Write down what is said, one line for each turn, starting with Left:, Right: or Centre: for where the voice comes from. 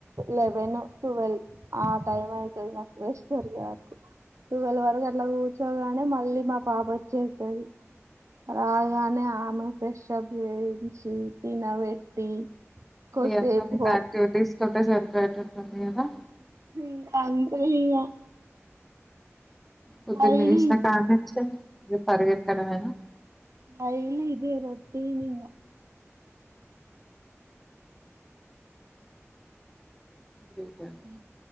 Right: లెవెన్ టువెల్వ్ ఆ టైం అయితది నాకు రెస్ట్ దోరికే వరకు టువెల్వ్ వరకు అట్లా కూర్చోగానే మళ్ళీ మా పాప వచ్చేస్తది రాగానే ఆమె ఫ్రెష్ అప్ చేయించి తినబెట్టి కోసేపు
Centre: ఇగ
Right: హో
Centre: స్ సరిపోయేటట్టు ఉంది కదా
Right: ఇకాంతే ఇగ
Centre: పొద్దున
Right: డైలీ
Centre: లేశిన కనించేలి ఇగ పరుగేత్తడమేనా
Right: డైలీ ఇదే రొటిన్ ఇగ
Centre: గ్రేట్ అండి
Right: అ